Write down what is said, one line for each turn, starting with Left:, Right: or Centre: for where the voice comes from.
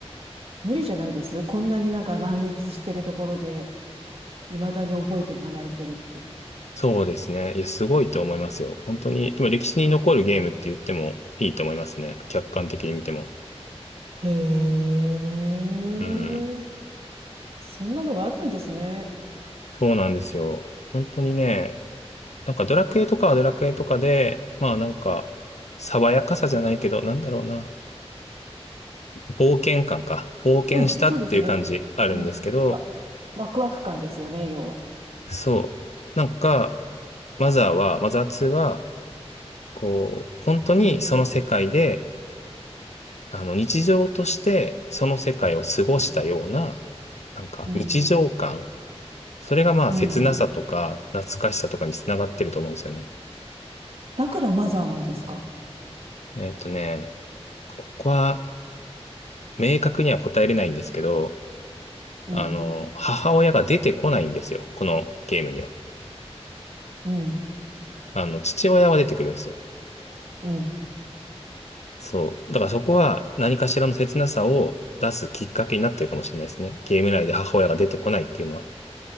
Right: 無理じゃないですこんなになんか乱立してるところで、未だに覚えてもらえてるって。
Left: そうですね。いや、すごいと思いますよ。本当に、でも歴史に残るゲームって言ってもいいと思いますね。客観的に見ても。
Right: へえ、
Left: うん。
Right: そんなのがあるんですね。
Left: そうなんですよ。本当にね、なんかドラクエとかはドラクエとかで、まあなんか、爽やかさじゃないけど、なんだろうな。冒険感か。冒険したっていう感じあるんですけど、
Right: うん、そうですね。うん。わ、ワクワク感ですよね、要は。
Left: そう。なんか、マザーは、マザー2は、こう、本当にその世界で、
Right: うん。
Left: あの、日常としてその世界を過ごしたような、
Right: うん、
Left: なんか日常感。
Right: うん、
Left: それがまあ切なさとか懐かしさとかにつながってると思うんですよね。
Right: うん。だからマザーなんですか
Left: えっとね、ここは明確には答えれないんですけど、
Right: うん、
Left: あの、母親が出てこないんですよ。このゲームには。
Right: うん、
Left: あの、父親は出てくるんですよ。
Right: うん、
Left: そう。だからそこは何かしらの切なさを出すきっかけになってるかもしれないですね。ゲーム内で母親が出てこないっていうのは。